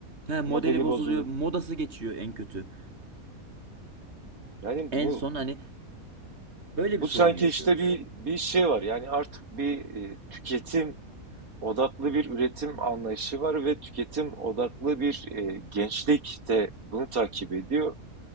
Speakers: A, on the right; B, on the right.
A: He, modeli
B: modeli
A: bozuluyor,
B: bozuluyor.
A: modası geçiyor en kötü.
B: Yani
A: En
B: bu
A: son hani böyle
B: bu
A: bir sorun
B: sanki
A: yaşıyoruz.
B: işte bir bir şey var. Yani artık bir e, tüketim odaklı bir üretim anlayışı var ve tüketim odaklı bir e, gençlik de bunu takip ediyor.